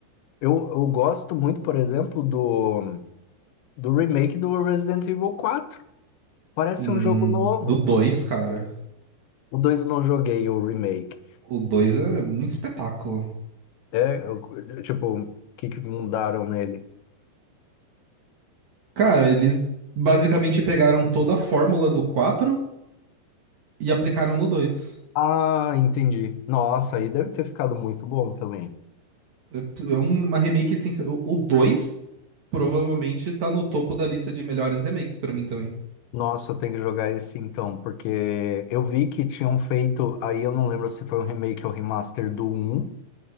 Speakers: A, on the left (about 85°); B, on the right (about 50°).
A: Eu, eu gosto muito, por exemplo, do, do remake do Resident Evil quatro Parece
B: Hum,
A: um jogo novo.
B: do 2, cara.
A: O 2 eu não joguei o remake.
B: O 2 é muito espetáculo.
A: É, eu- tipo, o que que mudaram nele?
B: Cara, eles basicamente pegaram toda a fórmula do 4 e aplicaram no 2.
A: Ah, entendi. Nossa, aí deve ter ficado muito bom também.
B: É uma remake assim. O 2 provavelmente tá no topo da lista de melhores remakes pra mim também.
A: Nossa, eu tenho que jogar esse então, porque eu vi que tinham feito, aí eu não lembro se foi um remake ou remaster do um.